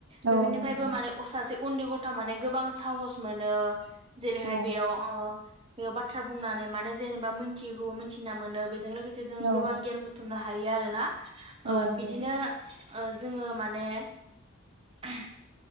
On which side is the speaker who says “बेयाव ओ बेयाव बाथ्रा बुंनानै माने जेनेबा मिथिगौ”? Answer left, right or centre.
Right